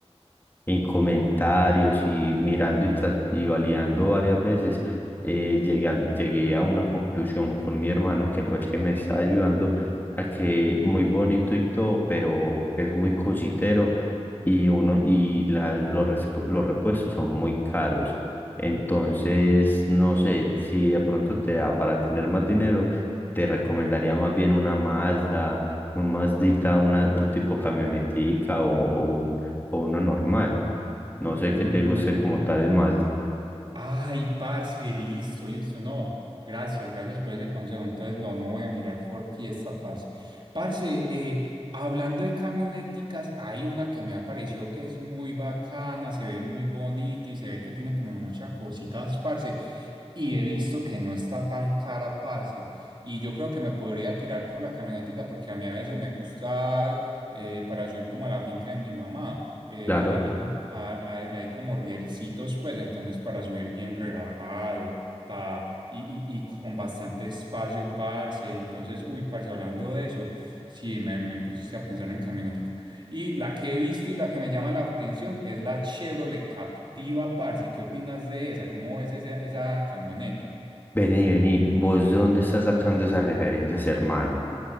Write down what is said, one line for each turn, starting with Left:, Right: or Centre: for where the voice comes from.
Left: en comentarios y mirando y, tras- y validando varias veces, eh, llegué a, llegué a una conclusión con mi hermano, que fue el que me está ayudando, a que muy bonito y todo, pero es muy cositero y, uno, y la- los, respu- los repuestos son muy caros. Entonces, no sé, si de pronto te da para tener más dinero, te recomendaría más bien una Mazda, un Mazdita, una, un tipo camionetica o, o un o uno normal. No sé
Right: Mm,
Left: qué te guste como tal el Mazda.
Right: Ay, parce, listo, listo. No, gracias, gracias por ese consejo. Entonces, no, no voy a mirar por fiesta, parce. Parce, eh, hablando de camioneticas, hay una que me apareció que es muy bacana, se ve muy bonita y se ve que tiene como muchas cositas, parce. Y he visto que no está tan cara, parce. Y yo creo que me podría tirar por la camionetica porque a mí a veces me gusta eh, para subir como a la finca de mi mamá eh,
Left: Claro.
Right: es un- a- a- hay como rielcitos, pues, entonces para subir bien relajado, pa, y, y- y con bastante espacio, parce. Entonces, uy, parce, hablando de eso, sí, me, me pusiste a pensar en camionetica. Y la que he visto y la que me llama la atención es la Chevrolet Captiva, parce. ¿Qué opinas de esa? ¿Cómo ves esa, esa camioneta?
Left: Vení, vení, ¿vos de dónde estás sacando esas referencias, hermano?